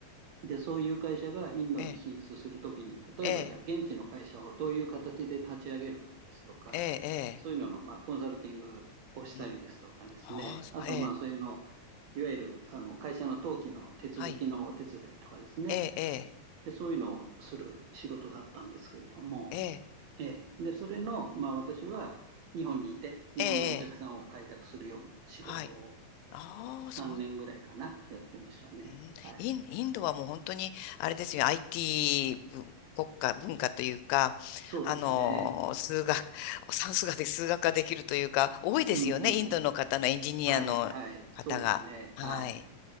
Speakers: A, on the right; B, on the left.
A: で、そういう会社がインドに進出するときに、
B: ええ、
A: 例えばじゃあ現地の会社をどういう形で立ち上げるかですとか、
B: ええ、え
A: そういうののまあコンサルティングをしたりですとかですね、
B: え、ええ。うん。ああ、
A: あとまあそういうの、
B: ええ。
A: いわゆるあの会社の登記の手続きのお手伝いとかですね、
B: はい。ええ、ええ、
A: で、そういうのをする仕事だったんですけれども、
B: ええ、
A: ええ、で、それの、まあ私は日本にいて、日本のお客さんを開拓するような仕事を
B: ええ。はい。ああ、
A: 3年ぐらいかな、
B: そう
A: やってましたね。
B: うん、
A: はい。
B: イン、インドはもう本当に、あれですよ、IT 文国家、文化というか、
A: そうですね。
B: あの数学、<laughs> 算数がで、数学ができるというか、多いですよね、
A: うんうんうん。
B: インドの方のエンジニアの方が。
A: はい、はい、そうですね。
B: はい。
A: はい。